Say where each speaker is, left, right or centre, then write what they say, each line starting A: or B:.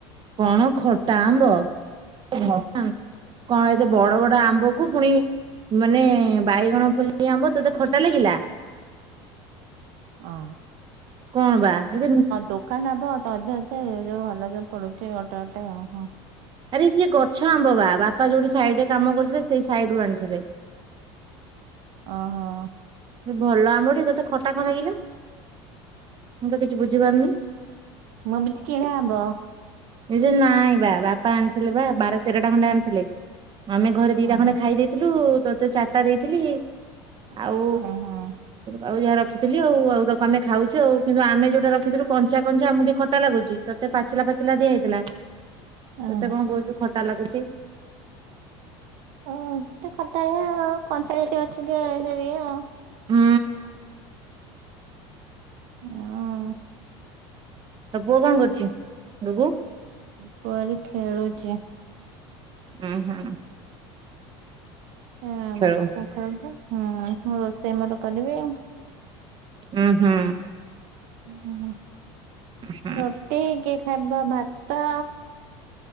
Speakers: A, on the right; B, on the right.
A: କଣ ଖଟା ଆମ୍ବ ହଁ କଣ ଏତେ ବଡ ବଡ ଆମ୍ବ କୁ ପୁଣି ମାନେ ବାଇଗଣ ଫୁଲି ଆମ୍ୱ ତତେ ଖଟା ଲାଗିଲା
B: ଅ
A: କଣ ବା ଏତେ
B: ଦୋକାନ ହବ ତ ଅଧେ ଅଧେ ଯୋଉ ଭଲ ତ ପଦୁଚି ଗୋଟେ ଗୋଟେ ହଁ
A: ଆରେ ସିଏ ଗଛ ଆମ୍ବ ବା ବାପା ଯୋଉଠି ସାଇଡ ରେ କାମ କରୁଥିଲେ ସେଇ ସାଇଡ ରୁ ଆଣିଥିଲେ।
B: ଓ ହୋ,
A: ଭଲ ଆମ୍ବଟେ ତତେ ଖଟା କଣ ଲାଗିଲା। ମୁଁ ତ କିଛି ବୁଝିପାରୁନି।
B: ମୁଁ ଭାବିଚି କିଣେ ଆମ୍ୱ।
A: ଏ ଯେ ନାଇଁ ବା ବାପା ଆଣିଥିଲେ ବା ବାର ତେର ଖଣ୍ଡେ ଆଣିଥିଲେ। ଆମେ ଘରେ ଦିଟା
B: ଉଁ
A: ଖଣ୍ଡେ
B: ହୁଁ
A: ଖାଇ ଦେଇଥିଲୁ। ତୋତେ ଚାରିଟା ଦେଇଥିଲି। ଆଉ
B: ଉଁ ହୁଁ
A: ଆଉ ଯାହା ରଖି ଥିଲି ଆଉ ଆଉ ତାକୁ ଆମେ ଖାଉଛୁ ଆଉ କିନ୍ତୁ ଆମେ ଯଉଟ ରଖିଥିଲୁ କଞ୍ଚା କଞ୍ଚା ଆମକୁ ଟିକେ ଖଟା ଲାଗୁଛି ତତେ ପାଚିଲା ପାଚିଲା ଦିଆ ହେଇଥିଲା ତତେ
B: ଉଁ
A: କଣ କହୁଛୁ ଖଟା ଲାଗୁଛି।
B: ହ ଖଟାଲିଆ କଞ୍ଚାଲିୟା ଟିକେ ଅଛି ଯେ ଯୋଉ ଆଉ।
A: ହୁଁ।
B: ହଁ।
A: ତ ପୁଅ କଣ କରୁଛି ଡୁଗୁ?
B: ଉପରେ ଖେଳୁଛି।
A: ହୁଁ ହୁଁ।
B: ହଁ
A: ଖେଳୁ
B: ତା ଛେଳନ୍ତୁ ହୁଁ ମୁଁ ରୋଷେଇ ମୋର କରିବି ଆଉ।
A: ହଁ ହୁଁ।
B: ହୁଁ ହୁଁ।
A: ହୁଁ।
B: ଫଟି କି ହେବ ଭାତ